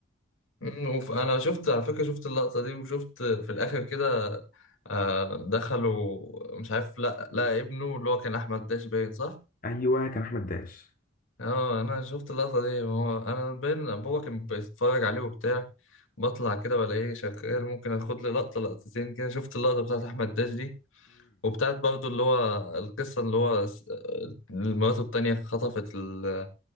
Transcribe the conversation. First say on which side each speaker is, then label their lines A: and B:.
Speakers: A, on the left; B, on the left.
A: مم، وف- انا شفت على فكرة شفت اللقطة دي وشفت في الاخر كده آه، دخلوا مش عارف لا لا ابنه اللي هو كان احمد داش باين صح
B: ايوه كان احمد داش
A: اه انا شفت اللقطة دي هو انا باين بابا كان بيتفرج عليه وبتاع بطلع كده بلاقيه شغال ممكن اخد لي لقطة لقطتين كده شفت اللقطة بتاعت احمد داش دي وبتاعت برضو اللي هو القصة اللي هو س- مراته التانية خطفت ال-